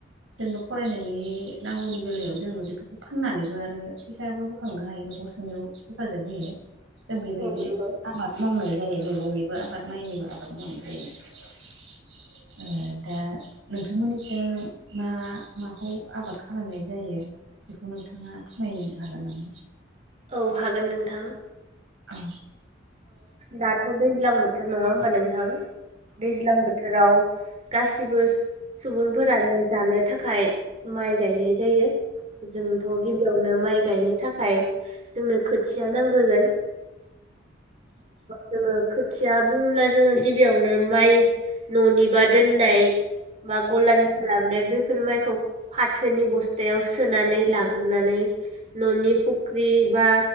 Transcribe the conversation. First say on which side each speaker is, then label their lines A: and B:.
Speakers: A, on the right; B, on the right.
A: जेनेबा फरायनायनि नांगौनि बेलायाव जोङो बेफोरखौ फाननानैबो आरो फैसाबो बोखांनो हायो न'खर खंनायाव हेफाजाब होयो।
B: <inaudible>
A: जों बेबायदि
B: नंगौ
A: आबाद मावनाय जायो। मैगंनिबो आबाद माइनिबो आबाद मावनाय जायो। ओ दा। नोंथांमोननिजों मा माखौ आबाद खालामनाय जायो? बेखौ नोंथाङा फोरमायनो हागोन नामा?
B: औ हागोन नोंथां।
A: औ।
B: दाथ' दैज्लां बोथोर नङा होमबा नोंथां दैज्लां बोथोराव गासिबो सुबुंफोरानो जानो थाखाय माइ गायनाय जायो। जोंथ' गिबियावनो माइ गायनो थाखाय जोंनो खोथिया नांग्रोगोन जोङो खोथिया बुङोब्ला जोङो गिबियावनो माइ न'निबा दोननाय <unintelligible> गलानि लाबोनाय बैफोर माइखौ फाथोनि बस्थायाव सोनानै लाग्रोनानै न'नि फुख्रि बा